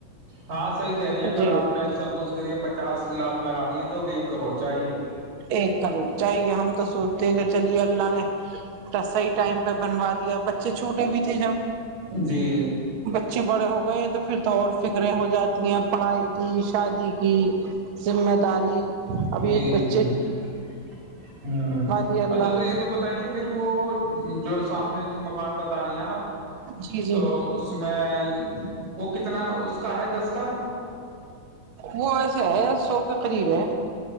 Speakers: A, on the right; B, on the right.
A: ہاں صحیح کہہ رہی ہیں اگر
B: ریٹ
A: آپ نے سپوز کریے پچاس لاکھ لگا دیے تو بھی ایک کروڑ چاہیے
B: ایک کروڑ چاہیے ہم تو سوچتے ہیں کہ چلیے اللہ نے صحیح ٹائم پہ بنوا دیا بچے چھوٹے بھی تھے جب
A: جی
B: اچھے بڑے ہو گئے ہیں تو پھر تو اور فکریں ہو جاتی ہیں پڑھائی کی شادی کی ذمہ داری ابھی
A: جی
B: ایک <unintelligible>
A: جی جی ہ
B: دیا اللہ
A: اچھا تو
B: نے
A: یہ تو بتائیے پھر وہ جو ہے سامنے م ان بتا رہی ہیں آپ
B: جی
A: تو
B: جی
A: اس میں وہ کتنا اس کا ہے دس کا
B: وہ ایسے ہے سو کے قریب ہے